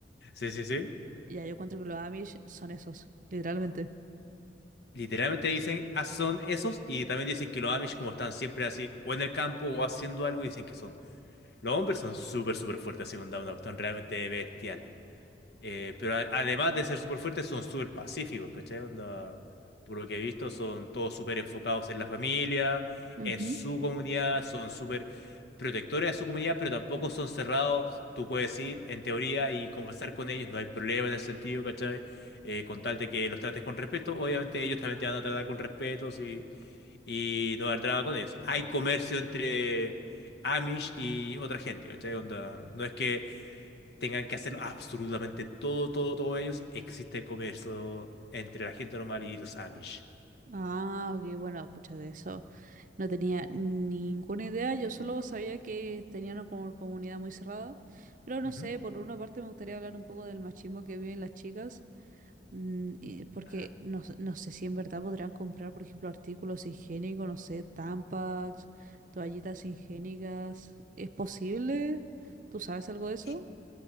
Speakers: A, on the left; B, on the right.
A: Sí, sí, sí.
B: Ya, yo encuentro que los Amish son esos, literalmente.
A: Literalmente dicen, ah, son esos y también dicen que los Amish como están siempre así, o en el campo o haciendo algo, dicen que son Los hombres son súper, súper fuertes así con Down, una cuestión realmente bestial. Eh, pero a- además de ser súper fuertes, son súper pacíficos, ¿cachai? Onda, por lo que he visto, son todos súper enfocados en la familia,
B: Ujú.
A: en su comunidad, son súper protectores de su comunidad, pero tampoco son cerrados. Tú puedes ir, en teoría, y conversar con ellos, no hay problema en ese sentido, ¿cachai? Eh, con tal de que los trates con respeto, obviamente ellos también te van a tratar con respeto sí, y no dar traba con ellos. Hay comercio entre Amish y otra gente, ¿cachai? Onda, no es que tengan que hacerlo absolutamente todo, todo, todo ellos, existe el comercio entre la gente normal y los Amish.
B: Ah, ok, bueno, pucha, de eso no tenía ninguna idea. Yo solo sabía que tenían una como- comunidad muy cerrada. Pero no
A: Ujú.
B: sé, por una parte me gustaría hablar un poco del machismo que viven las chicas. Mm, eh, Porque
A: Ah,
B: no, s- no sé si en verdad podrán comprar, por ejemplo, artículos higiénicos, no sé, Tampax, toallitas higiénicas. ¿Es posible? ¿Tú sabes algo de eso?
A: y